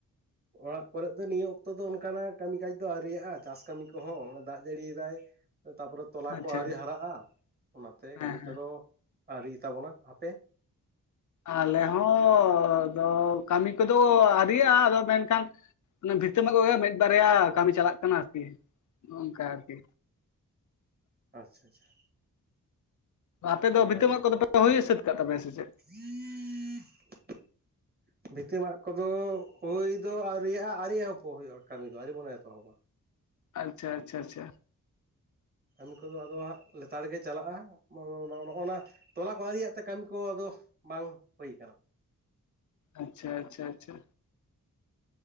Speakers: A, on the right; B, on the left.
A: ᱚᱲᱟᱜ ᱠᱚᱨᱮᱫ ᱫᱚ ᱱᱤᱭᱟᱹ ᱚᱠᱛᱚ ᱫᱚ ᱚᱱᱠᱟᱱᱟᱜ ᱠᱟᱹᱢᱤ ᱠᱟᱡᱽ ᱫᱚ ᱟᱹᱣᱮᱭᱟᱜᱼᱟ ᱪᱟᱥ ᱠᱟᱹᱢᱤ ᱠᱚᱦᱚᱸ ᱫᱟᱜ ᱡᱟᱹᱲᱤᱭᱫᱟᱭ ᱛᱟᱯᱚᱨᱮ ᱛᱚᱞᱟ
B: ᱟᱪᱪᱷᱟ
A: ᱠᱚ ᱟᱹᱣᱨᱤ ᱦᱟᱨᱟᱜᱼᱟ ᱚᱱᱟᱛᱮ
B: ᱦᱮᱸ
A: ᱠᱟᱹᱢᱤ
B: ᱦᱮᱸ
A: ᱠᱚᱫᱚ ᱟᱹᱨᱤᱭ ᱛᱟᱵᱚᱱᱟ ᱦᱟᱯᱮ
B: ᱟᱞᱮ ᱦᱚᱸ ᱠᱟᱹᱢᱤ ᱠᱚᱫᱚ ᱟᱣᱨᱤᱭᱟᱜᱼᱟ ᱟᱫᱚ ᱢᱮᱱᱠᱷᱟᱱ ᱚᱱᱮ ᱵᱷᱤᱛᱟᱹ ᱢᱟᱜ ᱠᱚᱜᱮ ᱢᱮᱫ ᱵᱟᱨᱭᱟ ᱠᱟᱹᱢᱤ ᱪᱟᱞᱟᱜ ᱠᱟᱱᱟ ᱟᱨᱠᱤ ᱱᱚᱜ ᱱᱚᱝᱠᱟ ᱟᱨᱠᱤ
A: ᱟᱪᱪᱷᱟ ᱟᱪᱪᱷᱟ
B: ᱟᱯᱮ
A: ᱠᱷᱩᱵ
B: ᱫᱚ ᱵᱷᱤᱛᱟᱹ ᱢᱟᱜ ᱠᱚᱫᱚᱯᱮ ᱦᱩᱭ ᱥᱟᱹᱛ ᱠᱟᱜ ᱛᱟᱯᱮᱭᱟ ᱥᱮ ᱪᱮᱫ
A: ᱦᱮ <unintelligible> ᱵᱷᱤᱛᱤ ᱢᱟᱜ ᱠᱚᱫᱚ ᱦᱳᱭ ᱫᱚ ᱟᱹᱣᱨᱤᱭᱟᱜ-ᱟ ᱟᱹᱣᱨᱤ ᱮᱦᱚᱵ ᱦᱩᱭᱩᱜᱼᱟ ᱠᱟᱹᱢᱤ ᱫᱚ ᱟᱹᱣᱨᱤ ᱵᱚᱱ ᱮᱛᱚᱦᱚᱵᱟ
B: ᱟᱪᱪᱷᱟ ᱟᱪᱪᱷᱟ ᱟᱪᱪᱷᱟ
A: ᱠᱟᱹᱢᱤ ᱠᱚᱫᱚ ᱟᱫᱚ ᱦᱟᱸᱜ ᱞᱮᱛᱟᱲ ᱜᱮ ᱪᱟᱞᱟᱜᱼᱟ ᱱᱚᱜᱼᱚ ᱱᱟ ᱛᱚᱞᱟ ᱠᱚ ᱟᱹᱨᱤᱭᱟᱜ ᱛᱮ ᱠᱟᱹᱢᱤ ᱠᱚ ᱟᱫᱚ ᱵᱟᱝ ᱦᱩᱭ ᱠᱟᱱᱟ
B: ᱟᱪᱪᱷᱟ ᱟᱪᱪᱷᱟ ᱟᱪᱪᱷᱟ